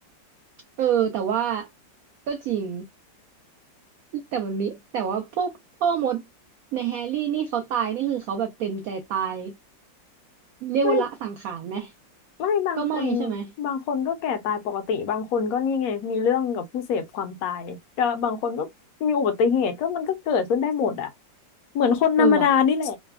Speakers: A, on the right; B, on the left.
A: เออแต่ว่าก็จริง แต่มันมีแต่ว่าพวกพ่อมดในแฮร์รี่นี่เขาตายนี่คือเขาแบบเต็มใจตาย เรียกว่าละสังขารไหม
B: ไม่ไม่บางคน
A: ก็ไม่ใช่ไหม
B: บางคนก็แก่ตายปกติบางคนก็นี่ไงมีเรื่องกับผู้เสพความตายก็บางคนก็มีอุบัติเหตุก็มันก็เกิดขึ้นได้หมดอะเหมือนคนธรรมดานี่แหละ
A: เออว่ะ